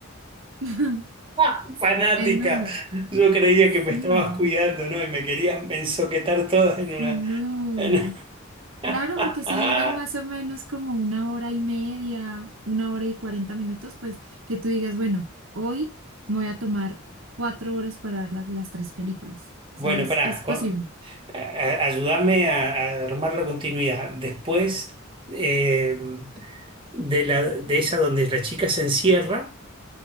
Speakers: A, on the right; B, on the right.
A: <laughs>
B: <laughs> ¡Ah! Fanática.
A: ¿En dónde?
B: Yo creía
A: Sí,
B: que me estabas cuidando, ¿no? Y me querías ensoquetar todas en una.
A: sí, no.
B: en- <laughs>
A: Claro, porque si duran más o menos como una hora y media, una hora y cuarenta minutos, pues que tú digas, bueno, hoy me voy a tomar cuatro horas para ver las, las tres películas.
B: Bueno,
A: O sea, es,
B: pará,
A: es posible.
B: con- a- a- ayúdame a, a armar la continuidad. Después eh, De la, de esa donde la chica se encierra.